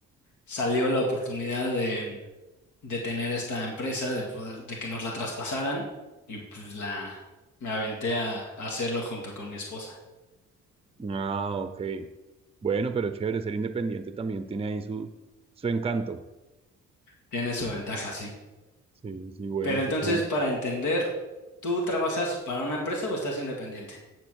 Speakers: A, on the left (about 75°); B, on the right (about 20°).
A: salió la oportunidad de, de tener esta empresa, de poder, de que nos la traspasaran y pues la me aventé a, a hacerlo junto con mi esposa.
B: Ah, ok. Bueno, pero chévere, ser independiente también tiene ahí su, su encanto.
A: Tiene su ventaja, sí.
B: Sí, sí, bueno,
A: Pero entonces,
B: qué cool.
A: para entender, ¿tú trabajas para una empresa o estás independiente?